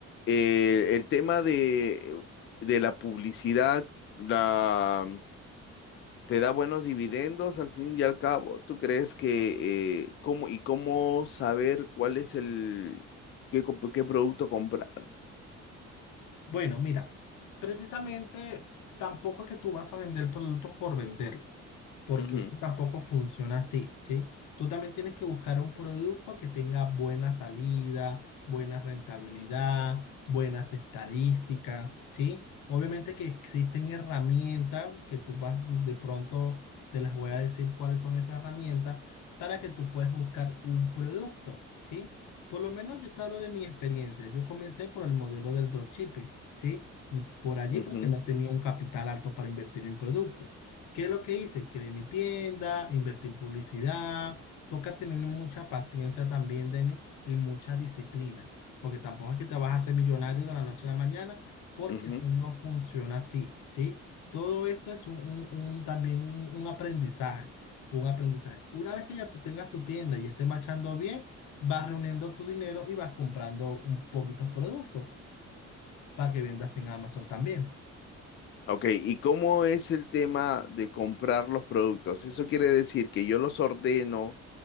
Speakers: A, on the left; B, on the left.
A: Eh, el tema de, de la publicidad la, te da buenos dividendos al fin y al cabo. ¿Tú crees que eh, cómo y cómo saber cuál es el qué, comp- qué producto comprar?
B: Bueno, mira, precisamente tampoco es que tú vas a vender productos por vender porque
A: Ujú,
B: eso tampoco funciona así, ¿sí? Tú también tienes que buscar un producto que tenga buena salida, buena rentabilidad, buenas estadísticas, ¿sí? Obviamente que existen herramientas que tú vas de pronto, te las voy a decir cuáles son esas herramientas para que tú puedas buscar un producto, ¿sí? Por lo menos yo te hablo de mi experiencia. Yo comencé por el modelo del dropshipping, ¿sí? Por allí
A: ujú,
B: porque no tenía un capital alto para invertir en productos. ¿Qué es lo que hice? Creé mi tienda, invertí en publicidad. Toca tener mucha paciencia también, Denis, y mucha disciplina, porque tampoco es que te vas a hacer millonario de la noche a la mañana, porque
A: ujú.
B: eso no funciona así, ¿sí? Todo esto es un, un- un- también un, un aprendizaje, un aprendizaje. Una vez que ya tú tengas tu tienda y estés marchando bien, vas reuniendo tu dinero y vas comprando un poquitos productos para que vendas en Amazon también.
A: Ok, ¿y cómo es el tema de comprar los productos? Eso quiere decir que yo los ordeno